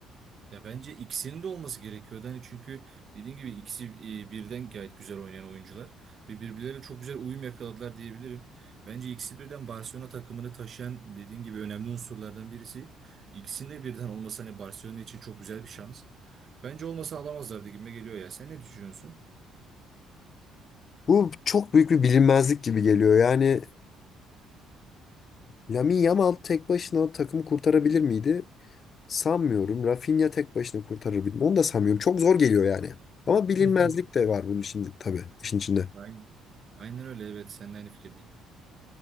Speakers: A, on the right; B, on the left.
A: Ya bence ikisinin de olması gerekiyordu Yani çünkü dediğim gibi ikisi e, birden gayet güzel oynayan oyuncular ve birbirlerine çok güzel uyum yakaladılar diyebilirim. Bence ikisi birden Barcelona takımını taşıyan dediğim gibi önemli unsurlardan birisi. İkisinin de birden olması hani Barcelona için çok güzel bir şans. Bence olmasa alamazlardı gibime geliyor ya. Sen ne düşünüyorsun?
B: Bu çok büyük bir bilinmezlik gibi geliyor. Yani Lamine Yamal tek başına takımı kurtarabilir miydi? Sanmıyorum. Rafinha tek başına kurtarır bilmem. Onu da sanmıyorum. Çok zor geliyor yani. Ama bilinmezlik
A: <laughs>
B: de var bunun içinde tabii. işin içinde.
A: Ben Aynen öyle evet seninle aynı fikirdeyim.